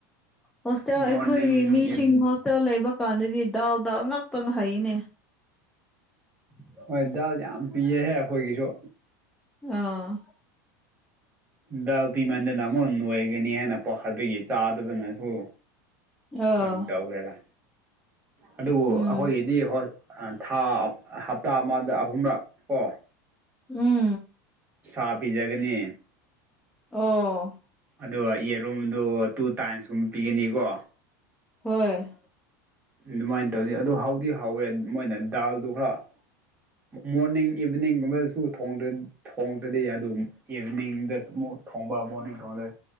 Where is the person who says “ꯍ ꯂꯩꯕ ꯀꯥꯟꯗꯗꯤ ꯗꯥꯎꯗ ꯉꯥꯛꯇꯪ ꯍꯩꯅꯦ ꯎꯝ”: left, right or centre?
Centre